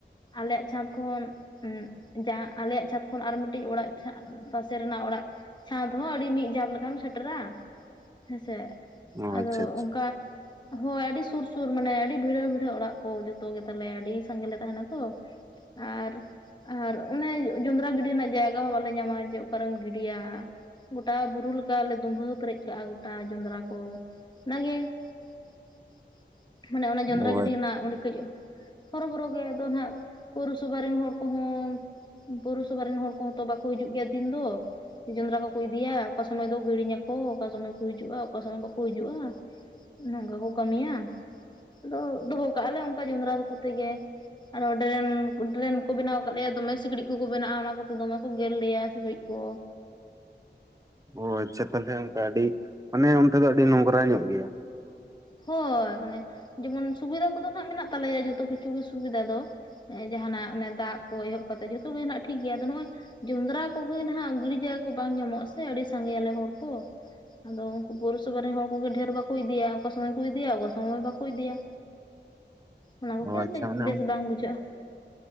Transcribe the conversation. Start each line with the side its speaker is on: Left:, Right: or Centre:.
Left: ᱟᱞᱮᱭᱟᱜ ᱪᱷᱟᱟᱸᱫᱽ ᱠᱷᱚᱱ ᱩᱸᱻ ᱡᱟ ᱟᱞᱮᱭᱟᱜ ᱪᱷᱟᱛ ᱠᱷᱚᱱ ᱟᱨ ᱢᱤᱫᱴᱤᱡ ᱚᱲᱟᱜ ᱯᱟᱥᱮ ᱨᱮᱱᱟᱜ ᱚᱲᱟᱜ, ᱪᱷᱟᱫᱽ ᱦᱚᱸ ᱟᱹᱰᱤ ᱢᱤᱫ ᱡᱷᱟᱯ ᱞᱮᱠᱟᱢ ᱥᱮᱴᱮᱨᱟ ᱦᱮᱸᱥᱮ,
Right: ᱚ
Left: ᱟᱫᱚ
Right: ᱟᱪᱪᱷᱟ ᱟᱪᱪᱷᱟ
Left: ᱚᱝᱠᱟ, ᱦᱳᱭ ᱟᱹᱰᱤ ᱥᱩᱨ ᱥᱩᱨ ᱢᱟᱱᱮ ᱟᱹᱰᱤ ᱵᱷᱤᱲᱟᱹᱼ ᱵᱷᱤᱲᱟᱹ ᱚᱲᱟᱜ ᱠᱚ ᱡᱚᱛᱚ ᱜᱮᱛᱟᱞᱮ ᱟᱹᱰᱤ ᱥᱟᱸᱜᱮ ᱞᱮ ᱛᱟᱦᱮᱱᱟ ᱛᱚ᱾ ᱟᱨ ᱟᱨ ᱚᱱᱮ ᱡᱚᱸᱫᱨᱟ ᱜᱤᱰᱤ ᱨᱮᱱᱟᱜ ᱡᱟᱭᱜᱟ ᱦᱚᱸ ᱵᱟᱞᱮ ᱧᱟᱢᱟ ᱡᱮ ᱚᱠᱟᱨᱮᱢ ᱜᱤᱰᱤᱭᱟ᱾ ᱜᱚᱴᱟ ᱵᱩᱨᱩ ᱞᱮᱠᱟ ᱞᱮ ᱫᱩᱢᱵᱷᱟᱹ ᱯᱮᱨᱮᱡ ᱠᱟᱜᱼᱟ ᱜᱚᱴᱟ ᱡᱚᱸᱵᱨᱟ ᱠᱚ ᱚᱱᱟᱜᱮ, <inaudible> ᱢᱟᱱᱮ ᱚᱱᱟ ᱡᱚᱸᱫᱨᱟ
Right: ᱚ
Left: ᱜᱤᱰᱤ ᱨᱮᱱᱟᱜ ᱚᱱᱰᱮ ᱠᱟᱹᱡ ᱦᱚᱨᱚᱵᱚᱨᱚᱜ ᱜᱮ ᱟᱫᱚ ᱱᱟᱸᱜ ᱯᱳᱣᱨᱚᱥᱚᱵᱷᱟ ᱨᱮᱱ ᱦᱚᱲ ᱠᱚᱦᱚᱸ ᱯᱳᱨᱚᱥᱚᱵᱷᱟ ᱨᱮᱱ ᱦᱚᱲ ᱠᱚᱦᱚᱸ ᱛᱚ ᱵᱟᱠᱚ ᱦᱤᱡᱩᱜ ᱜᱮᱭᱟ ᱫᱤᱱ ᱫᱚ ᱡᱚᱵᱽᱨᱟ ᱠᱚᱠᱚ ᱤᱫᱤᱭᱟ᱾ ᱚᱠᱟ ᱥᱚᱢᱚᱭ ᱫᱚ ᱦᱤᱲᱤᱧᱟ ᱚᱠᱟ ᱥᱚᱢᱚᱭ ᱠᱚ ᱦᱤᱡᱩᱜᱼᱟ ᱚᱠᱟ ᱥᱚᱢᱚᱭ ᱵᱟᱠᱚ ᱦᱤᱡᱩᱜᱼᱟ, ᱱᱚᱝᱠᱟ ᱠᱚ ᱠᱟᱹᱢᱤᱭᱟ, ᱟᱫᱚ ᱫᱚᱦᱚ ᱠᱟᱜᱼᱟ ᱞᱮ ᱚᱱᱠᱟ ᱡᱚᱸᱵᱨᱟ ᱠᱚᱛᱮ ᱜᱮ ᱟᱨᱚ ᱰᱨᱮᱱ ᱰᱨᱮᱱ, ᱵᱮᱱᱟᱣ ᱟᱠᱟᱫ ᱞᱮᱭᱟ ᱫᱚᱢᱮ ᱥᱤᱠᱬᱤᱡ ᱠᱚᱠᱚ ᱵᱮᱱᱟᱜᱼᱟ ᱚᱱᱟ ᱠᱚᱛᱮ ᱫᱚᱢᱮ ᱠᱚ ᱜᱮᱨ ᱞᱮᱭᱟ ᱥᱤᱠᱬᱤᱡ ᱠᱚ
Right: ᱚ ᱟᱪᱪᱷᱟ ᱛᱟᱦᱚᱞᱮ ᱚᱱᱠᱟ ᱟᱹᱰᱤ ᱢᱟᱱᱮ ᱚᱱᱛᱮ ᱫᱚ ᱟᱹᱰᱤ ᱱᱚᱝᱨᱟ ᱧᱚᱜ ᱜᱮᱭᱟ᱾
Left: ᱦᱚᱭ ᱚᱱᱮ ᱡᱮᱢᱚᱱ ᱥᱩᱵᱤᱫᱟ ᱠᱚᱫᱚ ᱦᱱᱟᱜ ᱢᱮᱱᱟᱜ ᱛᱟᱞᱮᱭᱟ ᱡᱷᱚᱛᱚ ᱠᱤᱪᱷᱩ ᱜᱮ ᱥᱩᱵᱤᱫᱷᱟ ᱫᱚ ᱡᱟᱦᱟᱱᱟᱜ ᱚᱱᱮ ᱫᱟᱜ ᱠᱚ ᱮᱦᱚᱵ ᱠᱟᱛᱮᱜ ᱡᱚᱛᱚᱜ ᱜᱮ ᱱᱟᱜ ᱴᱷᱤᱠ ᱜᱮᱭᱟ ᱟᱫᱚ ᱱᱚᱜᱼᱚᱭ, ᱡᱚᱱᱰᱨᱟ ᱠᱚᱜᱮ ᱱᱟᱦᱱᱟᱜ ᱜᱤᱲᱤ ᱡᱟᱭᱜᱟ ᱠᱚ ᱵᱟᱝ ᱧᱟᱢᱚᱜᱼᱟ ᱥᱮ ᱟᱹᱰᱤ ᱥᱟᱸᱜᱮᱭᱟᱞᱮ ᱦᱚᱲ ᱠᱚ᱾ ᱟᱫᱚ ᱩᱱᱠᱩ ᱯᱳᱨᱳᱥᱚᱵᱟᱷᱟ ᱨᱮᱱ ᱦᱚᱲ ᱠᱚᱜᱮ ᱰᱷᱮᱨ ᱵᱟᱠᱚ ᱤᱫᱤᱭᱟ᱾ ᱚᱠᱟ ᱥᱚᱢᱚᱭ ᱠᱚ ᱤᱫᱤᱭᱟ ᱚᱠᱚ ᱥᱚᱢᱚᱭ ᱵᱟᱠᱚ ᱤᱫᱤᱭᱟ ᱚᱱᱟ ᱠᱚᱜᱮ
Right: ᱚ ᱟᱪᱪᱷᱟ
Left: ᱠᱟᱹᱡ
Right: ᱢᱟᱱᱮ
Left: ᱵᱮᱥ ᱵᱟᱝ ᱵᱩᱡᱷᱟᱹᱜᱼᱟ᱾